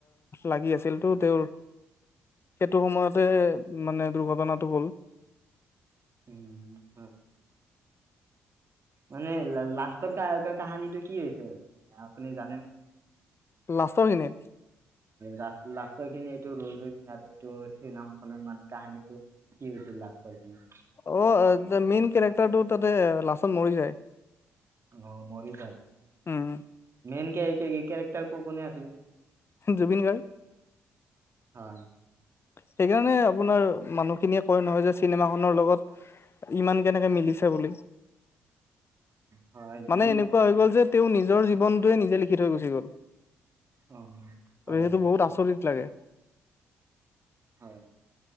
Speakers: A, on the left (about 35°); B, on the right (about 40°).
A: লাগি আছিল তেওঁৰ, সেইটো সময়তে মানে দুৰ্ঘটনাটো হ'ল
B: উম হ মানে লাষ্টৰ কাহানীটো কি হৈছে আপুনি জানে ন?
A: লাষ্টৰ খিনি
B: লাষ্ট লাষ্টৰ খিনি এইটো ৰৈ ৰৈ বিনালে এইটো চিনেমা খনৰ মানে কাহিনীটো কি হৈছিল? লাষ্টৰ খিনি
A: অ, মেইন কেৰেক্টাৰটো তাতে লাচন মৰি যায়।
B: অ মৰি যায়,
A: উম
B: মেইন কেৰেক্টাৰ ক কোনে আছিলে।
A: জুবিন গাৰ্গ।
B: হয়।
A: সেইকাৰণে আপোনাৰ মানুহখিনিয়ে কয় নহয় যে চিনেমাখনৰ লগত ইমান কেনেকে মিলিছে বুলি।
B: হয়, দিলো।
A: মানে এনেকুৱা হৈ গ'ল যে তেওঁ নিজৰ জীৱনটোৱে নিজে লিখি থৈ গুচি গ'ল।
B: অ হয়
A: আৰু যিহেতু
B: সেইটো
A: বহুত আচৰিত লাগে।
B: হয়।